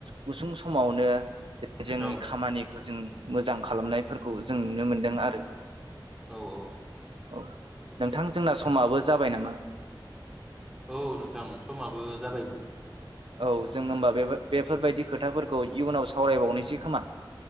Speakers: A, on the right; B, in the centre.
A: गुसुं सम स'मावनो जे जोंनि
B: औ
A: खामानिखौ जों मोजां खालामनायफोरखौ जों नुनो मोन्दों आरो।
B: औ औ।
A: औ नोंथां जोंना समाबो जाबाय नामा।
B: औ नोंथां समाबो जाबायमोन।
A: औ जों होमबा बे बेफोरबायदि खोथाफोरखौ इयुनाव सावरायबावनोसै खोमा।